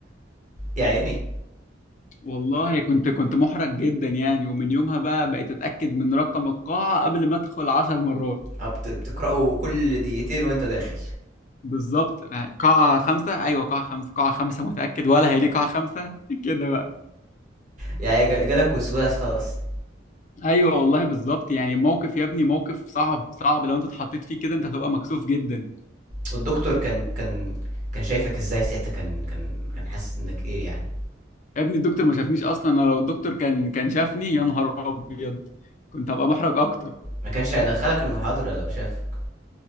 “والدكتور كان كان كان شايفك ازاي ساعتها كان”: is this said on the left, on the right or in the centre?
Right